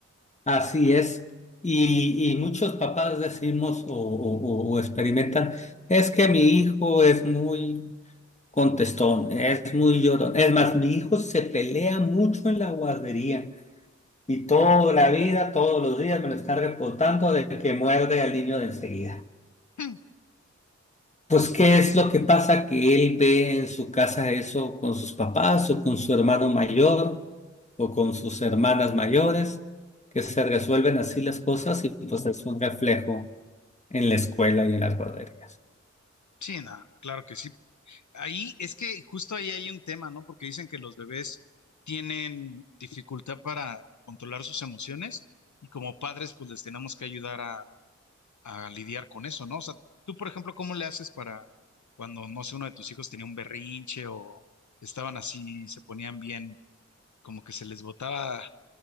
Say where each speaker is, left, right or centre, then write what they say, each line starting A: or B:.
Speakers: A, on the left; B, on the left.
A: Así es. Y, y muchos papás decimos o, o- o- o experimentan, es que mi hijo es muy contestón, es muy llorón. Es más, mi hijo se pelea mucho en la guardería y toda la vida, todos los días me lo están reportando de que muerde al niño de enseguida.
B: Mm,
A: Pues, ¿qué es lo que pasa? Que él ve en su casa eso con sus papás o con su hermano mayor o con sus hermanas mayores, que se resuelven así las cosas y pues es un reflejo en la escuela y en las guarderías.
B: Sí, no, claro que sí. Ahí es que justo ahí hay un tema, ¿no? Porque dicen que los bebés tienen dificultad para controlar sus emociones y como padres pues les tenemos que ayudar a, a lidiar con eso, ¿no? O sea, tú, por ejemplo, ¿cómo le haces para cuando, no sé, uno de tus hijos tenía un berrinche o estaban así, se ponían bien, como que se les botaba,